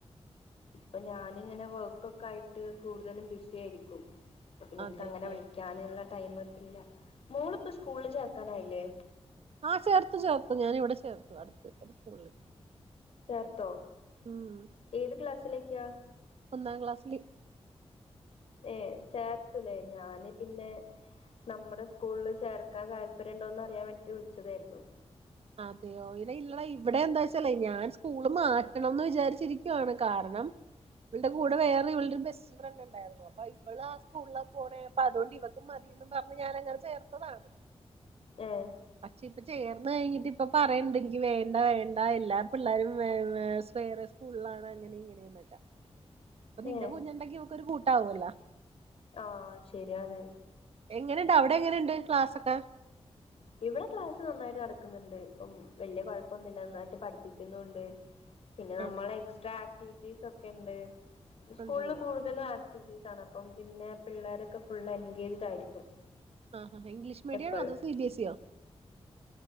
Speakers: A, on the left; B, on the right.
A: ഇപ്പൊ ഞാനിങ്ങനെ വർക്കൊക്കെ ആയിട്ട് കൂടുതലും ബിസി ആയിരിക്കും നിനക്ക്
B: അതെല്ലേ
A: അങ്ങനെ വിളിക്ക ിക്കാനുള്ള ടൈ മ് കിട്ടില്ല മോളിപ്പോ സ്കൂളിൽ ചേർക്കാനായില്ലേ
B: ആഹ് ചേർത്തു ചേർത്തു ഞാന് ഇവിടെ ചേർത്തു അടുത്ത് അടുത്തുള്ള സ്‌കൂളിൽ
A: ചേർത്തോ
B: ഉം
A: ഏത് ക്ലാസ്സിലേക്കാ
B: ഒന്നാം ക്ലാസ്സില്
A: ഏ ചേർത്തൂലേ ഞാന് പിന്നെ നമ്മുടെ സ്കൂളിൽ ചേർക്കാൻ താല്പര്യ ഉണ്ടോന്ന് അറിയാൻ വേണ്ടിട്ട് വിളിച്ചതായിരുന്നു
B: അതെയോ ഇടെ ഇല്ലള ഇവിടെ എന്താ വച്ചല്ലേ ഞാൻ സ്കൂള് മാറ്റണംന്ന് വിചാരിച്ചിരിക്കുവാണ് കാരണം ഇവളടെ കൂടെ വേറെ ഇവളടെ ഒരു ബസ്റ്റ് ഫ്രണ്ട് ഉണ്ടായിരുന്നു അപ്പൊ ഇവള് ആ സ്കൂളില പോണ് അപ്പൊ അതോണ്ട് ഇവക്കു മതിന്ന് പറഞ്ഞ് ഞാന അങ്ങനെ ചേർത്തതാണ്
A: ഏഹ്
B: പക്ഷെ ഇപ്പ ചേർന്ന് കഴിഞ്ഞ ഇപ്പ പറയണ്ട് എനിക്ക് വേണ്ട വേണ്ട എല്ല പിള്ളേരുംേവറെ സ്കൂളിലാണ് അങ്ങനെ ഇങ്ങനെയൊന്നുല്ല അപ്പൊ നിന്റെ
A: ഏഹ്
B: കുഞ്ഞുണ്ടെങ്കി ഇവൾക്കൊരു കൂട്ട ആാവല്ലോ
A: ആഹ് ശരിയാണ്
B: എങ്ങനെണ്ട് അവിടെ എങ്ങനെണ്ട് ക്ലാസ് ഒക്കെ
A: ഇവിടെ ക്ലാസ് നന്നായിട്ട് നടക്കുന്ന്ണ്ട്. ഇപ്പം വല്യ കൊഴപ്പൊന്നുല്ല. നന്നായിട്ട് പഠിപ്പിക്കുന്നുണ്ട്. പിന്നെ നമ്മൾ
B: ആണല്ലേ
A: എക്സ്ട്രാ ആക്ടിവിറ്റീസ് ഒക്കെ ഇണ്ട്. സ്കൂള്
B: ഉണ്ടല്ലേ
A: ള് കൂടുതലും <unintelligible> ആക്ടീസ് ആണ്. അപ്പം പിന്നെ പിള്ളേരൊക്കെ ഫുള്ള് എൻഗേജ്ഡ് ആയിരിക്കും.
B: ആഹാ ഇംഗ്ലീഷ് മീഡിയം
A: എപ്പഴും
B: ആണൊ അതോ C B S E <unintelligible>